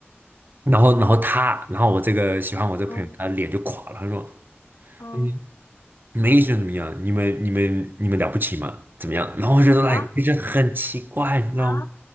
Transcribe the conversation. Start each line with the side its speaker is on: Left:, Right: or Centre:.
Right: 然后，然后他，然后我这个喜欢我这个朋友，
Left: 嗯
Right: 他脸就垮了，他说。
Left: 嗯
Right: 嗯没觉得怎么样？你们、你们、你们了不起吗？怎么样？然后我觉得 l
Left: 啊
Right: i k 就是很奇怪，你知道吗？
Left: 啊！